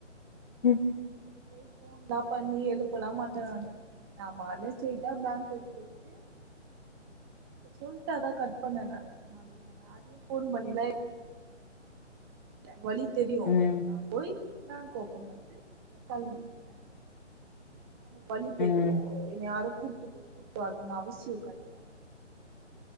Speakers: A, on the left; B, on the right.
A: ம்
B: போய் போன்லா பண்ணி எழுப்பலா மாட்டே நானு ஆமா நானே ஸ்ட்ரைட்டா பேங்குக்கு போயிட்டு இப்ப சொல்ட்டு அதா கட் பண்ணே நானு நாளைக்கு நா யாரையு போன் பண்ணிலா வழி தெரியு
A: ம்
B: நா போய் பேங்க் ஓப்பன் பண்ட்டு நா கெளம்பிடுவே எனக்கு வழி தெரியு
A: ம்
B: என்ன யாரு கூட்டு போய் கூட்டு வரனுன்னு அவசியோ கெடையாது